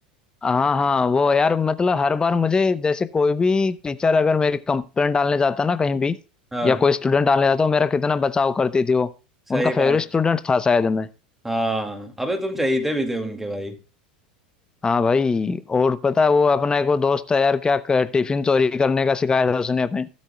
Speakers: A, on the left; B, in the centre.
A: हाँ हाँ वो यार मतलब हर बार मुझे जैसे कोई भी टीचर अगर मेरी कंप्लेंट डालने जाता ना कहीं भी
B: हाँ
A: या कोई स्टूडेंट डालने जाता वो मेरा कितना बचाव करती थी वो
B: सही
A: उनका फेवरेट
B: बात
A: स्टूडेंट था शायद मैं
B: हाँ अबे तुम चहेते भी थे उनके भाई
A: हाँ भाई और पता है वो अपना एक वो दोस्त है यार क्या क- टिफिन चोरी करने का सिखाया था उसने अपने